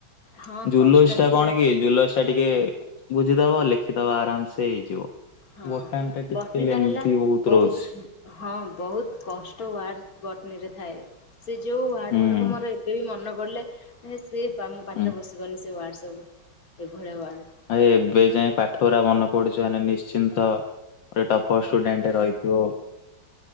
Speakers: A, on the left; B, on the left.
A: ହଁ
B: ଜୁଲସ୍
A: କଷ୍ଟ
B: ଟା
A: ଟିକେ
B: କଣ
A: ଲାଗେ
B: କି ଜୁଲସ୍ ଟା ଟିକେ ବୁଝିଦବ ଲେଖିଦବା ଆରାମ୍ ସେ ହେଇଯିବ।
A: ହଁ
B: ବୋଟାନି ଟା ଟିକେ
A: ବଟ୍ନି
B: ଲେନ୍ଦି
A: ଟା ହେଲା
B: ବହୁତ
A: ବହୁତ୍
B: ରହୁଛି।
A: ହଁ ବହୁତ୍ କଷ୍ଟ ୱାର୍ଡ୍ ବଟ୍ନରେ ଥାଏ। ସେ ଯେଉଁ ୱାର୍ଡ଼
B: ହୁଁ
A: ଗୁଡ଼ାକ ମୋର ଏବେ ବି ମନେ ପଡ଼ିଲେ ସେ ଆମଁ ପାଟିରେ
B: ହୁଁ
A: ପଶିବନି ସେ ୱାର୍ଡ଼ ସବୁ ଏଭଳିଆ ୱାର୍ଡ଼।
B: ଆ ଏବେ ଯାଇ ପାଠ ଉରା ମନେ ପଡ଼ୁଛି ମାନେ ନିଶ୍ଚିନ୍ତ। ଗୋଟେ ଟପର ଷ୍ଟୁଡେଣ୍ଟରେ ରହିଥିବଉ